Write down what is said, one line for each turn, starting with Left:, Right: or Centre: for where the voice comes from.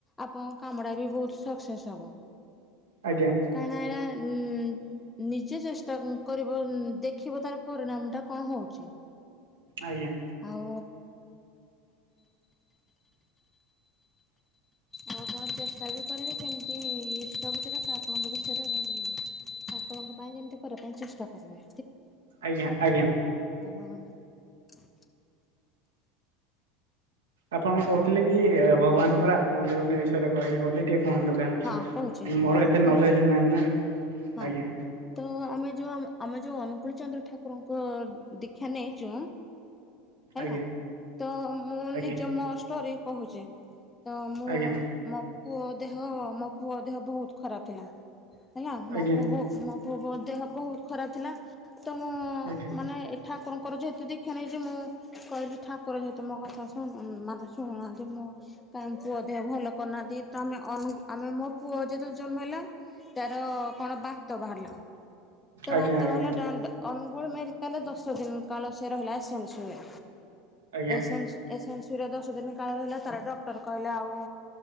Left: ଆପଣଙ୍କ କାମ ଟା ବି ବହୁତ ସକ୍ସେସ୍ ହବ
Right: ଆଜ୍ଞା
Left: କାହିଁକି ନା ନିଜେ ଚେଷ୍ଟା କରିବ ଦେଖିବ ତାର ପରିଣାମ ଟା କଣ ହଉଛି।
Right: ଆଜ୍ଞା
Left: ଆଉ ଆଉ ଆପଣ ଚେଷ୍ଟା ବି କରିବେ କେମିତି ଇଷ୍ଟ ଭିତରେ ତା ଆପଣଙ୍କ ବିଷୟର ଠାକୁରଙ୍କ ପାଇଁ ଯେମିତି କରିବା ପାଇଁ ଚେଷ୍ଟା କରିବେ।
Right: ଆଜ୍ଞା ଆଜ୍ଞା।
Left: ଓଃ ହୋ ହୋ
Right: ଆପଣ କହୁଥିଲେ କି ଭଗବାନଙ୍କର ଆତ୍ମଜୀବନୀ ବିଷୟରେ କହିବେ ବୋଲି ଟିକେ କୁହନ୍ତୁ କାରଣ
Left: ହଁ କହୁଛେ
Right: ମୋର ଏତେ
Left: ତ
Right: ନଲେଜ ନାହିଁ ନା।
Left: ହଁ
Right: ଆଜ୍ଞା
Left: ତ ଆମେ ଯୋଉ ଆମେ ଯୋଉ ଅନୁକୂଳ ଚନ୍ଦ୍ର ଠାକୁରଙ୍କ ଦୀକ୍ଷା ନେଇଛୁ ହେଲା
Right: ଆଜ୍ଞା
Left: ତ ମୁଁ
Right: ଆଜ୍ଞା
Left: ନିଜ ମୋ ଷ୍ଟୋରି କୋହୁଚି। ତ ମୁଁ
Right: ଆଜ୍ଞା
Left: ମୋ ପୁଅ ଦେହ ମୋ ପୁଅ ଦେହ ବୋହୁତ ଖରାପ ଥିଲା ହେଲା। ମୋ
Right: ଆଜ୍ଞା
Left: ପୁଅ ମୋ ପୁଅ ଦେହ ବହୁତ ଖରାପ ଥିଲା। ତ ମୁଁ
Right: ଆଜ୍ଞା
Left: ମାନେ ଠାକୁରଙ୍କର ଯେହେତୁ ଦୀକ୍ଷା ନେଇଚି। ମୁଁ କହିଲି ଠାକୁର ଯେହେତୁ ମୋ କଥା ଶୁଣୁ ମାନେ ଶୁଣୁନାହାନ୍ତି। ମୁଁ କାଁଇ ପୁଅ ଦେହ ଭଲ କରୁନାହାନ୍ତି। ତ ଆମେ ଅନୁ ଆମେ ମୋ ପୁଅ ଯେତେବେଳେ ଜନ୍ମ ହେଲା ତାର କଣ ବାତ ବାହାରିଲା ତ
Right: ଆଜ୍ଞା
Left: ବାତ
Right: ଆଜ୍ଞା
Left: ବାହାରିଲା ଡଣ୍ଡ ଅନୁ ପୁଅର ମେଡିକାଲ ଦଶ ଦିନ କାଳ ସେ ରହିଲା ଏସ୍ଏନ୍ସ ରେ ହୁଏ
Right: ଆଜ୍ଞା
Left: ଏସ୍ଏନ୍ସ ଏସ୍ଏନ୍ସ ସେଥିରେ ଦଶ ଦିନ କାଳ ରହିଲା ତାର ଡକ୍ଟର କହିଲେ ଆଉ